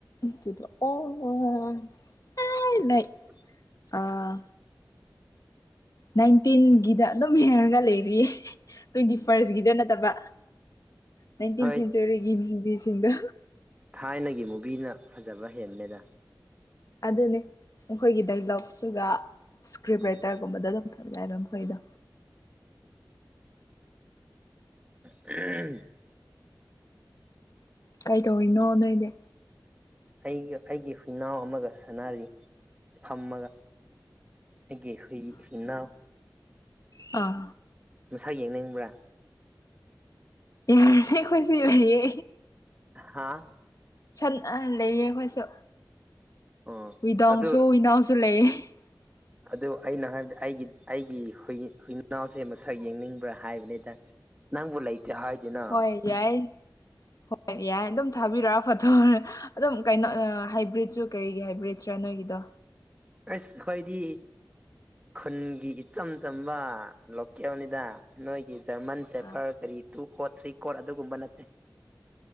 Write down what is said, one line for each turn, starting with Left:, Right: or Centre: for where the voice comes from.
Left: ꯇꯨꯗꯣ ꯑꯣ ꯍꯣ ꯍꯣ <unintelligible> ꯑꯥꯏ ꯂꯩ
Right: <unintelligible>
Left: ꯑꯥ ꯅꯥꯏꯟꯇꯤꯟꯒꯤꯗ ꯑꯗꯨꯝ ꯌꯦꯡꯔꯒ ꯂꯩꯔꯤꯌꯦ ꯇ꯭ꯋꯦꯟꯇꯤ ꯐꯥꯔꯁꯒꯤꯗ ꯅꯠꯇꯕ ꯅꯥꯏꯟꯇꯤꯟ
Right: ꯍꯣꯏ
Left: ꯁꯦꯟꯆꯨꯔꯤꯒꯤ ꯃꯨꯕꯤꯁꯤꯡꯗꯣ
Right: ꯊꯥꯏꯅꯒꯤ ꯃꯨꯚꯤꯅ ꯐꯖꯕ ꯍꯦꯟꯕꯅꯤꯗ
Left: ꯑꯗꯨꯅꯤ ꯃꯈꯣꯏꯒꯤ ꯗꯥꯏꯂꯣꯛꯇꯨꯒ ꯏꯁꯀ꯭ꯔꯤꯞ
Right: ꯎꯝ
Left: ꯔꯥꯏꯇꯔꯒꯨꯝꯕꯗꯣ ꯑꯗꯨꯝ ꯊꯝꯂ ꯃꯈꯣꯏꯗꯣ
Right: ꯎꯝ
Left: ꯀꯩꯗꯧꯔꯤꯅꯣ ꯅꯣꯏꯅꯦ
Right: ꯑꯩꯒ ꯑꯩꯒꯤ ꯍꯨꯏꯅꯥꯎ ꯑꯃꯒ ꯁꯅꯔꯤ ꯐꯝꯃꯒ ꯑꯩꯒꯤ ꯍꯨꯏ ꯍꯨꯏꯅꯥꯎ
Left: ꯑꯥ
Right: ꯃꯁꯛ ꯌꯦꯡꯅꯤꯡꯕ꯭ꯔꯥ
Left: ꯌꯥꯔꯦ ꯑꯩꯈꯣꯏꯁꯤ ꯂꯩꯌꯦ
Right: ꯍꯥꯥ
Left: ꯁꯟ ꯑꯍꯥꯟ ꯂꯩꯌꯦ ꯑꯩꯈꯣꯏꯁꯨ
Right: ꯑꯣ
Left: ꯋꯤꯗꯥꯎꯁꯨ
Right: ꯑꯗꯨ
Left: ꯋꯤꯅꯥꯎꯁꯨ ꯂꯩꯌꯦ <inaudible>
Right: ꯑꯗꯨ ꯑꯩꯅ ꯍꯥꯏꯕꯗ ꯑꯩꯒꯤ ꯑꯩꯒꯤ ꯍꯨꯏ ꯍꯨꯏꯅꯥꯎꯁꯦ ꯃꯁꯛ ꯌꯦꯡꯅꯤꯡꯕ꯭ꯔꯥ ꯍꯥꯏꯕꯅꯦꯗ ꯅꯪꯕꯨ ꯂꯩ ꯇꯦ ꯍꯥꯏꯗꯦꯅ
Left: ꯍꯣꯏ ꯌꯥꯏ ꯍꯣꯏ ꯌꯥꯏ ꯑꯗꯨꯝ ꯊꯥꯕꯤꯔꯛꯑꯣ ꯐꯣꯠꯇꯣ ꯑꯗꯨꯝ ꯀꯩꯅꯣ ꯍꯥꯏꯕ꯭ꯔꯤꯠꯁꯨ ꯀꯔꯤꯒꯤ ꯍꯥꯏꯕ꯭ꯔꯤꯠꯁꯔꯥ ꯅꯣꯏꯒꯤꯗꯣ
Right: ꯑꯁ ꯈꯣꯏꯗꯤ ꯈꯨꯟꯒꯤ ꯏꯆꯝ ꯆꯝꯕ ꯂꯣꯀꯦꯜꯅꯤꯗ ꯅꯣꯏꯒꯤ ꯖꯔꯃꯟ ꯁꯦꯐꯔ
Left: ꯑꯥ
Right: ꯀꯔꯤ ꯇꯨ ꯀꯣꯠ ꯊ꯭ꯔꯤ ꯀꯣꯠ ꯑꯗꯨꯒꯨꯝꯕ ꯅꯠꯇꯦ